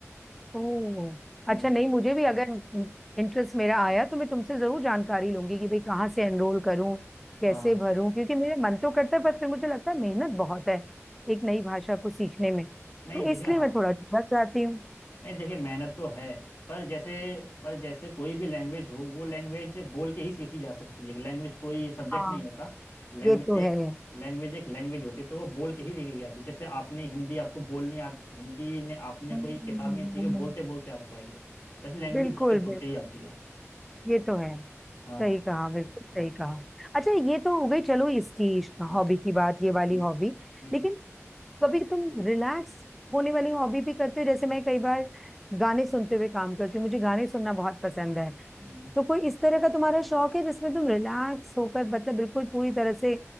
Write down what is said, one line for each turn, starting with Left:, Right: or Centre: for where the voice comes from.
Centre: ओह
Left: हम्म
Centre: अच्छा नहीं मुझे भी अगर इंटरेस्ट मेरा आया तो मैं तुमसे जरूर जानकारी लूंगी कि भाई कहाँ से एनरोल करूँ कैसे
Left: हाँ
Centre: भरूँ क्योंकि मेरे मन तो करता है पर फिर मुझे लगता है मेहनत बहुत है एक नई भाषा को सीखने में तो
Left: नहीं देखे
Centre: इसलिए
Left: हाँ
Centre: मैं थोड़ा झिझक जाती हूँ
Left: नहीं देखिए मेहनत तो है पर जैसे पर जैसे कोई भी लैंग्वेज हो वो लैंग्वेज बोल के ही सीखी जा सकती है लैंग्वेज कोई सब्जेक्ट
Centre: हाँ
Left: नहीं होता लैंग्वेज
Centre: ये तो
Left: एक
Centre: है
Left: लैंग्वेज एक लैंग्वेज होती है तो वो बोल के ही सीखी जाती है जैसे आपने हिंदी आपको बोलनी आ, हिंदी ने आपने
Centre: हम्म,
Left: कोई किताब में सीखे बोलते बोलते आपको आई है वैसे लैंग्वेज
Centre: बिल्कुल
Left: बोलते बोलते
Centre: बिल्कुल
Left: ही आती है
Centre: ये तो है
Left: हाँ
Centre: सही कहा बिल्कुल सही
Left: हाँ
Centre: कहा अच्छा ये तो हो गई चलो इसकी
Left: हम्म,
Centre: हॉबी की बात ये वाली
Left: हम्म,
Centre: हॉबी
Left: हम्म,
Centre: लेकिन कभी तुम रिलैक्स होने वाली हॉबी भी करते हो जैसे मैं कई बार गाने सुनते हुए काम करती हूँ मुझे गाने सुनना बहुत पसंद है
Left: हम्म।
Centre: तो कोई इस तरह का तुम्हारा शौक है जिसमें तुम रिलैक्स होकर मतलब बिल्कुल पूरी तरह से